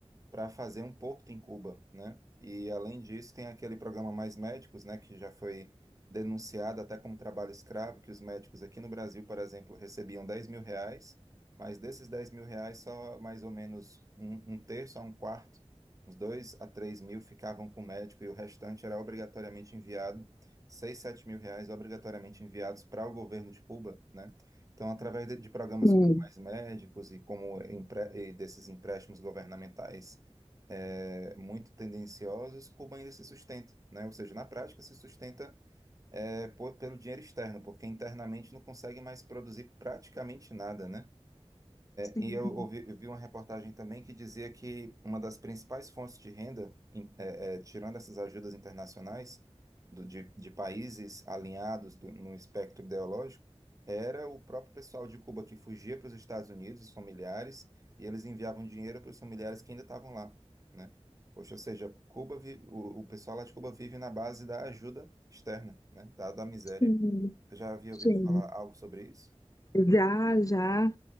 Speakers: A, on the right (about 30°); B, on the left (about 30°).
A: para fazer um porto em Cuba, né? E além disso, tem aquele programa Mais Médicos, né, que já foi denunciado até como trabalho escravo, que os médicos aqui no Brasil, por exemplo, recebiam 10 mil reais, mas desses 10 mil reais, só mais ou menos um, um terço a um quarto, uns 2 a 3 mil ficavam com o médico e o restante era obrigatoriamente enviado, 6, 7 mil reais obrigatoriamente enviados para o governo de Cuba, né? Então, através de, de programas
B: Sim,
A: como Mais Médicos e como empre- e desses empréstimos governamentais é, muito tendenciosas, Cuba ainda se sustenta, né? Ou seja, na prática se sustenta é, por- pelo dinheiro externo, porque internamente não consegue mais produzir praticamente nada, né?
B: sim,
A: E eu ouvi, eu vi uma reportagem também que dizia que uma das principais fontes de renda, em- é, é, tirando essas ajudas internacionais do- de, de países alinhados do- no espectro ideológico, era o próprio pessoal de Cuba que fugia para os Estados Unidos, os familiares, e eles enviavam dinheiro para os familiares que ainda estavam lá, né? Poxa, ou seja, Cuba vi- o, o pessoal lá de Cuba vive na base da ajuda externa, né? Da, da miséria.
B: sim,
A: Eu já havia
B: sim.
A: ouvido falar algo sobre isso?
B: Já, já.